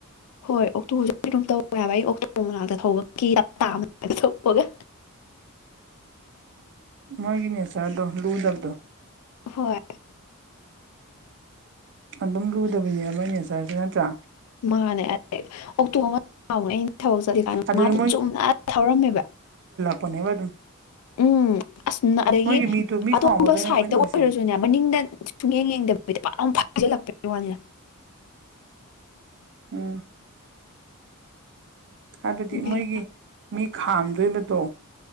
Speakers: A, on the left; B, on the right.
A: ꯍꯣꯏ ꯑꯣꯛꯇꯣ ꯍ ꯇꯧꯕ ꯍꯥꯏꯕ ꯑꯩ ꯑꯣꯛꯇꯣꯕꯔ ꯃꯅꯥꯛꯇ ꯊꯧꯕꯄꯒ
B: ꯃꯥꯒꯤꯅꯦ ꯆꯗꯣ ꯂꯨꯗꯕꯗꯣ
A: ꯍꯣꯏ
B: ꯑꯗꯨꯝ ꯂꯨꯗꯕꯅꯤ ꯑꯃꯅꯤꯅꯦ ꯁꯥꯔꯁꯨ ꯅꯠꯇ꯭ꯔꯥ
A: ꯃꯥꯅꯦ ꯑ ꯑꯣꯛꯇꯣ <unintelligible> ꯊꯕꯛ ꯆꯠꯂꯤꯀꯥꯟꯗ
B: ꯑꯗꯒꯤ
A: ꯃꯥꯗꯣ ꯆꯨꯝꯅ ꯊꯧꯔꯝꯃꯦꯕ
B: ꯄꯅꯦꯕ ꯑꯗꯨꯝ
A: ꯎꯝ ꯑꯁꯅꯔꯗꯒꯤ
B: ꯃꯣꯏꯒꯤ ꯃꯤꯗꯨ ꯃꯤ
A: ꯑꯇꯣꯞꯄ
B: ꯈꯥꯝꯃꯝꯕꯗꯣꯅꯦ
A: ꯁꯥꯏꯗꯇ
B: ꯃꯣꯏꯅ ꯎꯔꯤꯁꯦ
A: ꯑꯣꯏꯔꯁꯨꯅꯦ ꯃꯅꯤꯡꯗ ꯁꯨꯡꯌꯦꯡ ꯌꯦꯡꯗꯕꯤ ꯐꯥꯖꯤꯜꯂꯛꯄ ꯋꯥꯅꯤ
B: ꯑꯥ ꯍꯥꯏꯕꯗꯤ
A: ꯕꯦꯔꯥ
B: ꯃꯣꯏꯒꯤ ꯃꯤ ꯈꯥꯝꯗꯣꯏꯕꯗꯣ